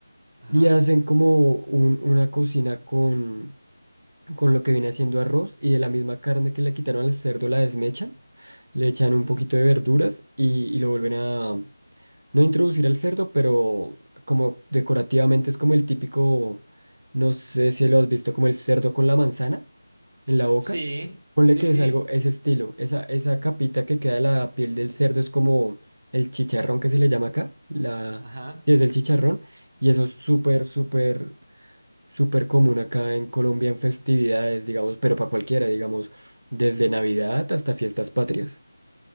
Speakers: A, on the right; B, on the right.
A: Ajá.
B: Y hacen como un- una cocina con, con lo que viene haciendo arroz y de la misma carne que le quitaron al cerdo la desmechan, le echan
A: ujú.
B: un poquito de verduras y, y lo vuelven a no introducir al cerdo, pero como decorativamente es como el típico, no sé si lo has visto, como el cerdo con la manzana en la boca.
A: Sí,
B: Ponle
A: sí,
B: que
A: sí.
B: es algo, ese estilo, esa, esa capita que queda de la piel del cerdo es como el chicharrón que se le llama acá, la,
A: Ajá.
B: sí, es el chicharrón, y eso es súper, súper, súper común acá en Colombia en festividades, digamos, pero para cualquiera, digamos, desde Navidad hasta fiestas patrias.